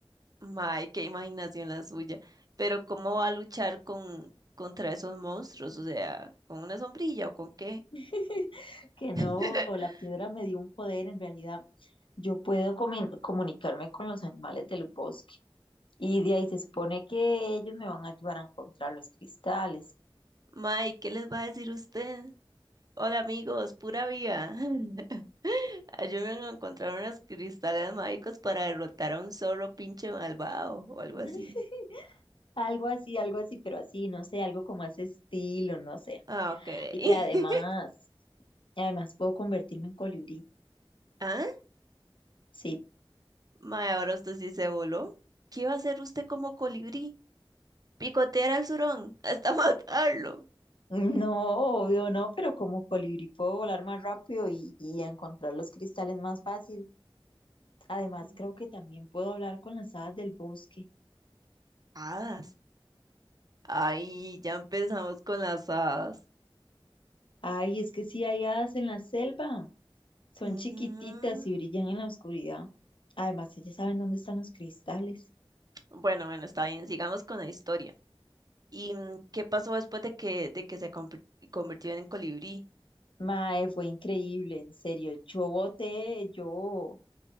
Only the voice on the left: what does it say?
<laughs> Que no,
la piedra me dio un poder en realidad. Yo puedo comi- comunicarme con los animales del bosque y de ahí se supone que ellos me van a ayudar a encontrar los cristales.
<laughs>
Algo así, algo así, pero así, no sé, algo como ese estilo, no sé.
Y
además, además puedo convertirme en colibrí.
Sí,
No, obvio no, pero como colibrí puedo volar más rápido y, y encontrar los cristales más fácil. Además,
creo que también puedo hablar con las hadas del bosque.
Ay, es que sí hay hadas en la selva. Son
chiquititas y brillan en la oscuridad. Además, ellas saben dónde están los cristales.
Mae, fue increíble, en serio. Yo boté, yo.